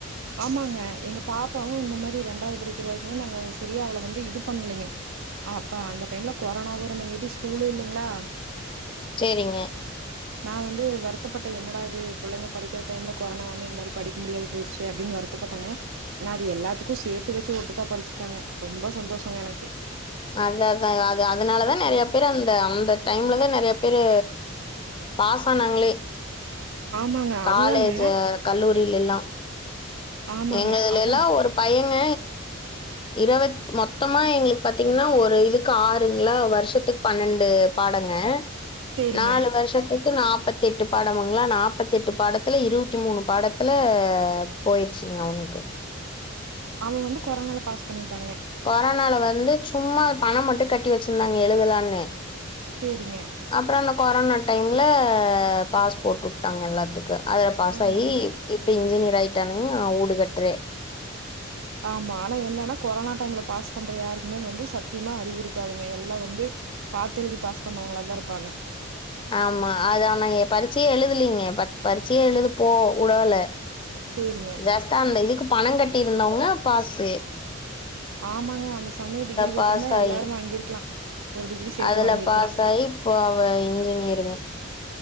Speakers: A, on the right; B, on the left.
A: ஆமாங்க எங்க பாப்பாவு இந்த மாரி ரெண்டாவது படிக்கிற வரைக்குமே நாங்க சரியா அவள வந்து இது பண்லைங்க அப்ப அந்த டைம்ல கொரோனாவு இருந்தங்கட்டி ஸ்கூலு இல்லங்ளா
B: சேரிங்க
A: நா வந்து வருத்தப்பட்டே என்னடா இது புள்ளங்க படிக்கிற டைம்ல கொரோனா வந்து இந்த மாரி படிக்க முடியாது போயிருச் யே அப்டின் வருத்தப்பட்டங்க ஆனா அது எல்லாத்துக்கு சேத்து வச்சு ஒட்டுக்கா படுச்சுட்டாங்க ரொம்ப சந்தோஷங்க எனக்கு
B: அதா அதா அது அதுனாலதா நெறையா பேரு அந்த அந்த டைம்லதா நெறையா பேரு
A: <inaudible>
B: பாஸ் ஆனாங்ளே
A: ஆமாங்க
B: காலேஜு
A: அதுதாங்க
B: கல்லூரிலேல்லா
A: ஆமாங்க
B: எங்கதுலேலா
A: அதா
B: ஒரு பையேங்க இருவத் மொத்தமா எங்களுக்கு பாத்தீங்கன்னா ஒரு இதுக்கு ஆறுங்களா வருஷத்துக் பன்னண்டு பாடங்க
A: சேரிங்க
B: நாலு வருஷத்து கு நாப்பத்தி எட்டு பாடமுங்களா நாப்பத்தி எட்டு பாடத்துல இருவத்தி மூணு பாடத்துல போயிரு சுங்க அவனுக்கு
A: அவெ வந்து கொரோனால பாஸ் பண்ணிட்டாங்க
B: கொரோனால வந்து சும்மா பணம் மட்டு கட்டி வச்சுருந்தாங்க எழுதலான்னு
A: சேரிங்க
B: அப்பறோ அந்த கொரோனா டைம்ல பாஸ் போட்டு வுட்டாங்க எல்லாத்துக்கு அதுல பாஸ்
A: ஆமாங்க
B: ஆயி இப்ப இன்ஜினியர் ஆயிட்டானுங்க ஊடு கட்றே
A: ஆமா ஆனா என்னன்னா கொரோனா டைம்ல பாஸ் பண்ற யாருக்குமே வந்து சத்தியமா அறிவு இருக்காதுங்க எல்லா வந்து பாத்தெழுதி பாஸ் பண்ணவுங்களா தா இருப்பாங்க
B: ஆமா அது ஆனா எ பரிச்சயே எழுதலீங்க பட் பரிச்சயே எழுதப்போ உடல
A: சேரிங்க
B: ஜஸ்ட் அந்த இதுக்கு பணொ கட்டி இருந்தவுங்க பாசு
A: ஆமாங்க அந்த சமய டிகிரி போட்ருந்தா
B: பாஸ்
A: எல்லாரு
B: ஆயி
A: வாங்கிருக்கலா ஒரு டிகிரி சேத்து
B: அதுல
A: வாங்கிருக்கலா
B: பாஸ் ஆயி இப்ப அவெ இன்ஜினியருங்க